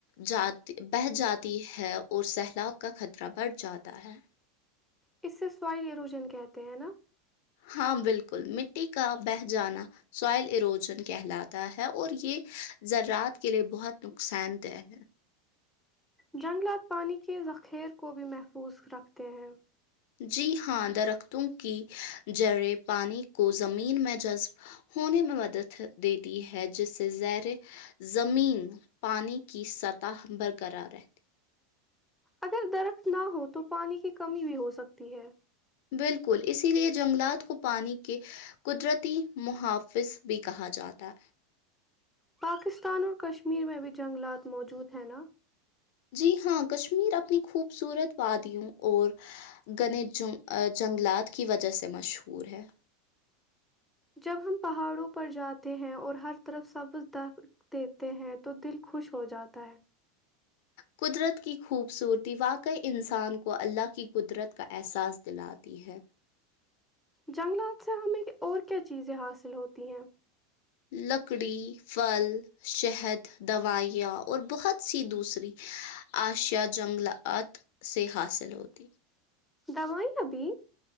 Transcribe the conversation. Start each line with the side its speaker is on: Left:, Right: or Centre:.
Left: جات بہ جاتی ہے اور سیلاب کا خطرہ بڑھ جاتا ہے
Centre: اس سے سوائل ایروجن کہتے ہیں نا
Left: ہاں بالکل مٹی کا بہ جانا سوائل ایروجن کہلاتا ہے اور یہ زذراات کے لیے بہت نقصان دہ ہے
Centre: جنگلات پانی کے ذخیر کو بھی محفوظ رکھتے ہیں
Left: جی ہاں درختوں کی جڑیں پانی کو زمین میں جذب ہونے میں مدد دیتی ہے جس سے زیر زمین پانی کی سطح برقرار رہتی
Centre: ا درخت نہ ہو تو پانی کی کمی بھی ہو سکتی تی ہے
Left: بالکل اسی لیے جنگلات کو پانی کے قدرتی محافظ بھی کہا جاتا ہے
Centre: پاکستان اور کشمیر میں ابھی جنگلات موجود ہیں نا
Left: جی ہاں کشمیر اپنی خوبصورت وادیوں اور گنےت جنگلات کی وجہ سے مشہور ہے
Centre: جب ہم پہاڑوں پر جاتے ہیں اور ہر طرف سبز د دیتے ہیں تو دل خوش ہو جاتا ہے
Left: قدرت کی خوبصورتی واقعی انسان کو اللہ کی قدرت کا احساس دلاتی ہے
Centre: جنگلات سے ہمیں اور کیا چیزیں حاصل ہوتی ہیں
Left: لکڑی پھل شہد دوائیاں اور بہت سی دوسری اشیاء جنگلات سے حاصل ہوتی
Centre: دام ہی ہبی